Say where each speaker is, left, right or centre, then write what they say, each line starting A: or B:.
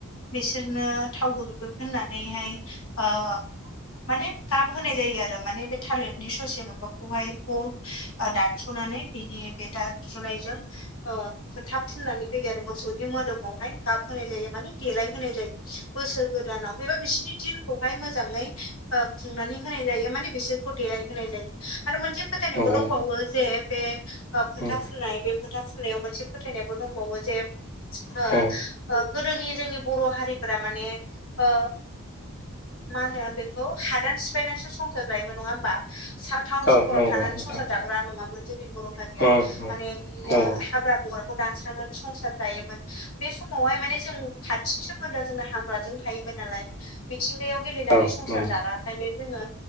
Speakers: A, on the left; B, on the left.
A: बिसोरनो थाव गुदुं होननानैहाय ओ माने गाब होनाय जायो आरो माने बे थालिरनि ससे माबाखौहाय खौ ओ दानसनानै बिनि बे दानसनायजों औ फोथा फुननानै होयो आरो मोसौनि मोदोमावहाय गाब होनाय जायो माने देलाय होनाय जायो बोसोर गोदानाव बेबा बिसोरनि दिन खौहाय मोजाङै ओ खुंनानै होनाय जायो माने बिसोरखौ देलायहोनाय जायो। आरो मोनसे फोथायनाय
B: नंगौ
A: बो दंबावो
B: नोंथां
A: जे बे ओ फोथा
B: उम
A: फुननाय बे फोथा फुननायाव मोनसे फोथायनायबो दंबावो जे ओ
B: औ
A: ओ गोदोनि जोंनि बर' हारिफोरा माने ओ मा होनो बेखौ हादान सिफायनानैसो संसार जायोमोन नङा होमबा टाउन
B: औ
A: सहराव
B: नंगौ
A: थानानै
B: नोंथां
A: संसार जाग्रा नङा मोन जोंनि बर' हारिया
B: ओम ओम
A: माने बिदिनो
B: नंगौ
A: हाग्रा बंग्राखौ दानस्रांनानै संसार जायोमोन। बे समावहाय माने जों खाथि सोमोन्दो जोंना हाग्राजों थायोमोन नालाय मिथिंगायाव गेलेनानै
B: औ
A: संसार
B: नंगौ
A: जाग्राखायनो जोङो